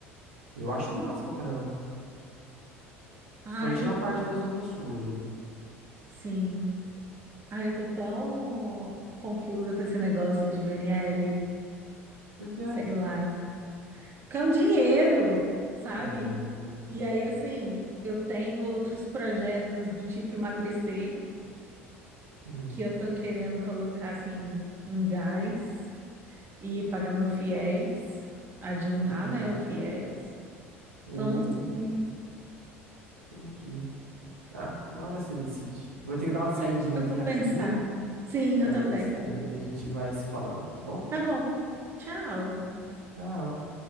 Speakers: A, on the right; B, on the right.
A: Eu acho massa pra caramba.
B: Ai,
A: Principalmente na parte da Zona Sul ali.
B: sim. Ai, eu tô tão confusa com esse negócio de VNL,
A: Por quê?
B: sei lá. Porque é um dinheiro, sabe?
A: Hum.
B: E aí, assim, eu tenho outros projetos do tipo emagrecer,
A: Uhum.
B: que eu tô querendo colocar, assim, um gás e pagar meu fiéis, adiantar,
A: Uhum.
B: né, o fiéis.
A: Uhum.
B: Então, não sei.
A: Entendi. Ah, uma hora você decide. Vou ter que dar uma saidinha
B: É, eu vou
A: aqui rapidinha,
B: pensar. Sim,
A: mas
B: eu também.
A: aí a gente vai se falando, tá bom?
B: Tá bom. Tchau.
A: Tchau.